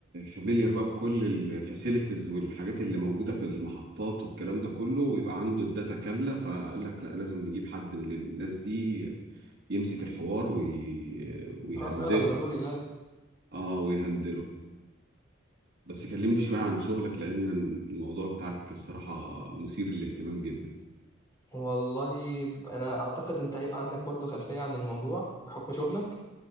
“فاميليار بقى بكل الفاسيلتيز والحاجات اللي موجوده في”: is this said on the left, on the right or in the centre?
Right